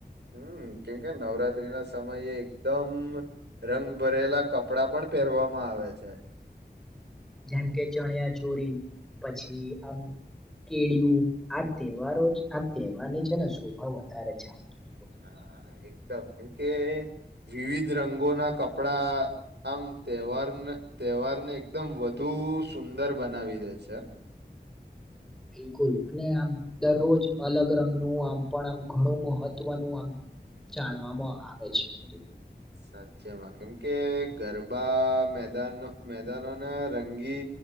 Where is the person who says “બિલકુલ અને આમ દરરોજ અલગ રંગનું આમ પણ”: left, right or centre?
Centre